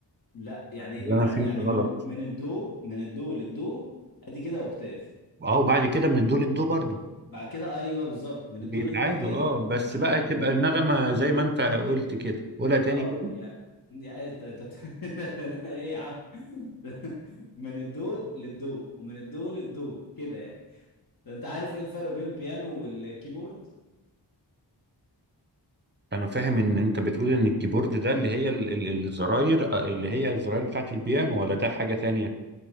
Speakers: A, on the left; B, on the right.
A: لا يعني ايه
B: ولا
A: بيتع...
B: انا فهمت
A: يعني
B: غلط
A: من من الدو من الدو للدو ادي كده اوكتاف
B: اه وبعد كده من الدو للدو برضه
A: بعد كده ايوه بالظبط من
B: بيتعادوا
A: الدو للدو تاني
B: اه بس بقى
A: اه
B: تبقى النغمه زي ما انت قلت كده قولها تاني
A: اه
B: كده
A: يعني يعني انت انت بت... <laughs> ايه يا عم <laughs> من الدو للدو ومن الدو للدو كده يعني ده انت عارف ايه الفرق بين البيانو والكيبورد
B: انا فاهم ان انت بتقول ان الكيبورد ده اللي هي ال- ال- الزراير آه، اللي هي الزراير بتاعت البيانو ولا ده حاجة تانية